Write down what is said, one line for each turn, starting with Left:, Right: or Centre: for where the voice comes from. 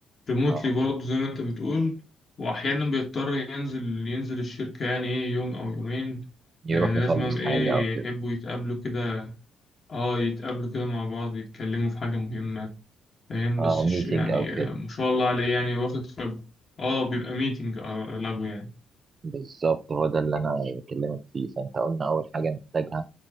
Left: ريموتلي
Right: اه
Left: برضه زي ما انت بتقول واحيانا بيضطر ينزل ينزل الشركة يعني ايه يوم او يومين
Right: يروح
Left: لان
Right: يخلص
Left: لازم ايه
Right: حاجه او كده
Left: يحبوا يتقابلوا كده اه يتقابلوا كده مع بعض يتكلموا في حاجة مهمة فاهم
Right: اه
Left: بس الش-
Right: ميتنج
Left: يعني
Right: او كده
Left: آه، ما شاء الله عليه يعني واخد خبرة اه بيبقى ميتنج اغلبه يعني
Right: بالظبط هو ده اللي انا بكلمك فيه فانت قلنا اول حاجه محتاجها